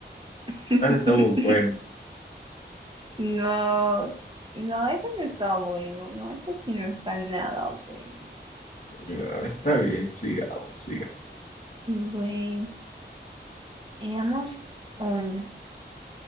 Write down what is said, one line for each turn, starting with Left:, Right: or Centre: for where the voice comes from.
Right: <laughs>
Left: Ah, Está muy bueno.
Right: No, no, eso no está bueno, no, eso sí no está nada bueno.
Left: Ah, Está bien, sigamos, sigamos.
Right: Bueno. Digamos uno.